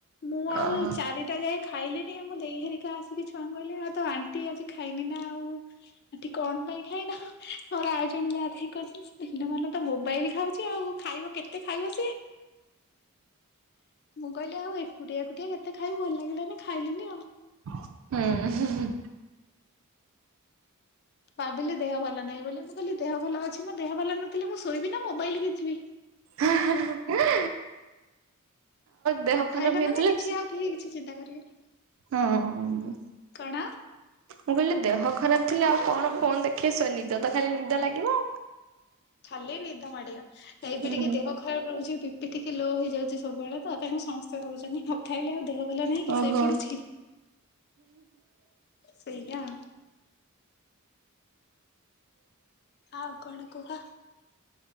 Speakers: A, on the left (about 45°); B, on the right (about 60°).
A: ମୁଁ ଆଉ
B: ଓହୋ।
A: ଚାରିଟା ଯାଏ ଖାଇଲିନି ଆମ ଦେଇ ହେରିକା ଆସ ଛୁଆଙ୍କୁ କହିଲେ ଆଉ ତ ଆଣ୍ଟି ଆଜି ଖାଇନି ନା ଆଉ ଆଣ୍ଟି କଣ ପାଇଁ ଖାଇନ? ଆମର ଆଉ ଜଣେ ଯାହା ଥାଇ କହିଛନ୍ତି ସେ ଦିନ ମ ତ ମୋବାଇଲି ଖାଉଚି ଆଉ ଖାଇବ କେତେ ଖାଇବ ସିଏ? ମୁଁ କହିଲି ଆଉ ଏକୁଟିଆ ଏକୁଟିଆ କେତେ ଖାଇମୁ ଭଲ ଲାଗିଲାନି ଖାଇଲିନି ଆଉ।
B: ହୁଁ ହୁ ହୁ।
A: ଭାବିଲେ ଦେହ ଭଲ ନାହିଁ ବୋଲି ମୁଁ କଇଲି ଦେହ ଭଲ ଅଛି ନା ଦେହ ଭଲ ନଥିଲା ମୁଁ ଶୋଇବି ନା ମୋବାଇଲ କେଞ୍ଚିବି।
B: ହା-ହା-ହା ଇ। ଦେହ
A: ନ
B: ଖରାପ
A: ଖାଇଲା
B: ହେଇଥିଲା
A: ମାନେ କିଛି
B: ସେ
A: ଆଉ କେହି କିଛି ଚିନ୍ତା କରିବେନି।
B: ହଁ। ମୁଁ
A: କଣ?
B: କହିଲି ଦେହ ଖରାପ ଥିଲେ ଆଉ କଣ ଫୋନ୍ ଦେଖି ଆସିବ ନିଦ ତ ଖାଲି ନିଦ ଲାଗିବ।
A: ଖାଲି ନିଦା ମାଡିବ ଏବେ
B: ହୁଁ
A: ଟିକେ ଦେହ ଖରାପ୍ ରହୁଚି ବିପିି ଟିକେ ଲୋ ହେଇଯାଉଛି ସବୁବେଳେ ତ ତାଙ୍କୁ ସମସ୍ତେ ହୋଉଚନ୍ତି ନ ଖାଇଲେ ଆଉ ଦେହ ଭଲ ନାହିଁ କି
B: ଓହୋ।
A: ଶୋଇ ପଡୁଛି। ସେଇଆ ଆଉ। ଆଉ କଣ କୁହ।